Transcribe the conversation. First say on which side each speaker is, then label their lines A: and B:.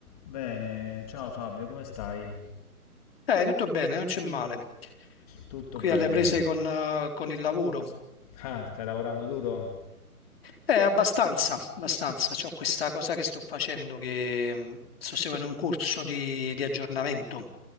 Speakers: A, on the left; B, on the left.
A: Bene, ciao Fabio, come stai?
B: Eh, tutto bene, non c'è male.
A: Tutto
B: Qui
A: bene.
B: alle prese con, eh, con il lavoro.
A: Ah, stai lavorando duro?
B: Eh, abbastanza, abbastanza. C'ho questa cosa che sto facendo che mh, sto seguendo un corso di, di aggiornamento